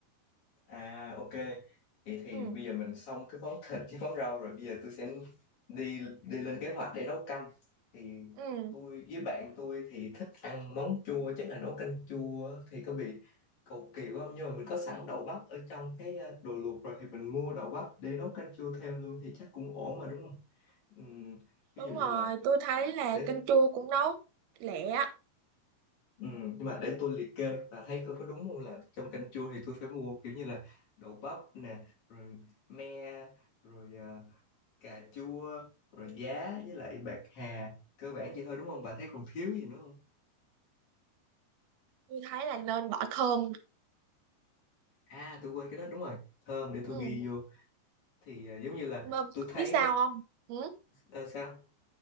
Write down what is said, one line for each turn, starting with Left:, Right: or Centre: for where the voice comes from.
Left: À ok, vậy thì
Right: ừ
Left: bây giờ mình xong cái món thịt với món rau rồi bây giờ tôi sẽ đi đi lên kế hoạch để nấu canh. Thì
Right: ừ
Left: tôi với bạn tôi thì thích ăn món chua, chắc là nấu canh chua thì có bị cầu kỳ quá không? Nhưng mà mình có sẵn đậu bắp ở trong cái ờ, đồ luộc rồi thì mình mua đậu bắp để nấu canh chua thêm luôn thì chắc cũng ổn mà đúng không? Ừm, ví
Right: đúng
Left: dụ như
Right: rồi
Left: là
Right: tôi thấy là
Left: để
Right: canh chua cũng nấu lẹ á
Left: Ừ, nhưng mà để tôi liệt kê và thấy coi có đúng không là trong canh chua thì tôi phải mua kiểu như là đậu bắp nè rồi me rồi à, cà chua rồi giá với lại bạc hà cơ bản vậy thôi đúng không bà thấy còn thiếu gì nữa không
Right: tôi thấy là nên bỏ thơm
Left: à tôi quên cái đó đúng rồi thơm để tôi
Right: Ừ.
Left: ghi vô thì à, giống như là
Right: Mà
Left: tôi thấy
Right: biết sao không? Ừ.
Left: ờ, sao